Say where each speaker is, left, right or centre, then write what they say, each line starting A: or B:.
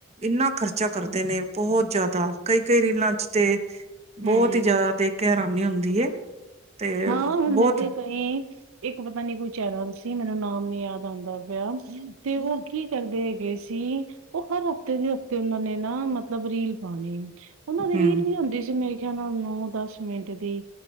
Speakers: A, on the right (about 30°); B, on the right (about 70°).
A: ਇੰਨਾ ਖਰਚਾ ਕਰਦੇ ਨੇ, ਬਹੁਤ ਜ਼ਿਆਦਾ ਕਈ- ਕਈ ਰੀਲਾਂ' ਚ ਤੇ,
B: ਹੂੰ
A: ਬਹੁਤ ਹੀ ਜ਼ਿਆਦਾ ਦੇਖਿਆ ਨੀ ਹੁੰਦੀ ਹੈ। ਤੇ
B: ਹਾਂ, ਹੁਣ
A: ਬਹੁਤ
B: ਤੇ ਗਏ। ਇੱਕ ਪਤਾ ਨੀ ਕੋਈ ਚੈਨਲ ਸੀ, ਮੈਨੂੰ ਨਾਮ ਨੀ ਯਾਦ ਆਉਂਦਾ ਪਿਆ ਤੇ, ਉਹ ਕੀ ਕਰਦੇ ਹੈਗੇ ਸੀ, ਉਹ ਹਰ ਹਫ਼ਤੇ ਦੇ ਹਫ਼ਤੇ ਉਹਨਾ ਨੇ ਨਾ ਮਤਲਬ ਰੀਲ ਪਾਣੀ। ਉਹਨਾਂ ਦੀ
A: ਹਮ
B: ਰੀਲ ਵੀ ਹੁੰਦੀ ਸੀ। ਮੇ ਕਿਆ ਓਹਨਾ ਨੂੰ ਦਸ ਮਿੰਟ ਦੀ